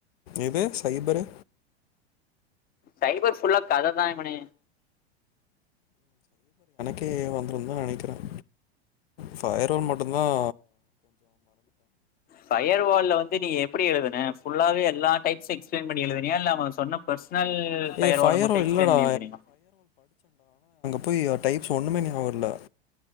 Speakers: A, on the left (about 65°); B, on the left (about 30°).
A: இது சைபரு
B: சைபர் ஃபுல்லாத் கத தாங்மணி
A: தீ வந்துரு தான் நினைக்கிறேன் ஃபையர் ரோல் மட்டுந்தான்
B: ஃபையர் வால்ல வந்து நீ எப்படி எழுதுன ஃபுல்லாவே எல்லா சைட்ஸ் எக்ஸ்பிளைன் பண்ணி எழுதுனியா இல்ல அவன் சொன்ன பெர்சனல் ஃபயர்வால
A: ஏ ஃபயர்
B: மட்டும்
A: வால்
B: எக்ஸ்பிளைன்
A: இல்லடா
B: பண்ணி எழுதுனியா
A: பொய்யா டைப் சொ ஒண்ணுமே <unintelligible>